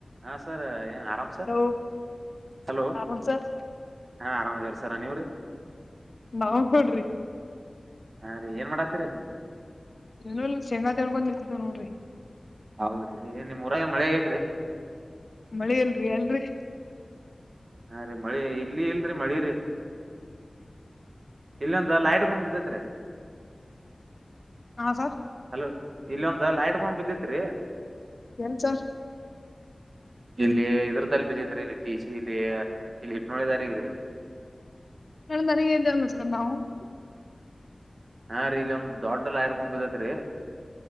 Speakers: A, on the right; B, on the left.
A: ಹಾ ಸರ್ ಏನ ಆರಾಮ್ ಸರ್
B: ಹಲೋ
A: ಹಲೋ
B: ಆರಾಮ್ ಸರ್
A: ಹಾ ಆರಾಮ ಇದೇವ್ರೀ ಸರ್ ನ ನೀವ್ರೀ
B: ನಾವಖೇಡಾ ರಿ
A: ಹಾ ರೀ ಏನ್ ಮಾಡಾತ್ತೀರಿ
B: ಎಲೇಲಿ ಶೇಂಗಾ ತೆಳಬಂದ ನಿಂತಿದೇವ ನೋಡ್ರಿ
A: ಹೌದ್ರಿ ಏ ನಿಮ್ೂಊರಾಗ ಮಳೆಗೇತ್ರಿ
B: ಮಳೆ ಅಲ್ರರಿ ಅಲ್ರರಿ
A: ಅರಿ ಮಳಿ ಇಲ್ಲಿ ಎಲ್ರಿ ಮಳಿ ರರಿ ಇಲ್ಲೊಂತ ಲೈಟ್ ಕೊಂಡ್ಬಿದ್ದೇತ್ರಿ
B: ಹಾ ಸರ್
A: ಹಲೋ ಇಲ್ಲೊಂದ ಲೈಟ್ಕಂಬ ಬಿದ್ದಿತ್ರಿ
B: ಎಳಿ ಸರ್
A: <inaudible> ಇಲ್ಲಿ ಇದ್ರ ತಲ್ ಬಿದ್ದಿದ್ರಿ ಇಲ್ಲಿಟ್ಟೀ ಸಿ ಇಲ್ಲಿ ಇಲ್ಲಿ ಇಟ್ಟು ನೋಡಿದಾರಗ್ರಿ.
B: ನರಗೆ್ದ ಒ ಸಂದವು. <inaudible>
A: ಹಾ ರೀ ಇಲ್ಲಿ ಒಂದ್ ದೊಡ್ಡ ಲೈಟ್ಕಂಬ ಬಿದೇತ್ರಿ.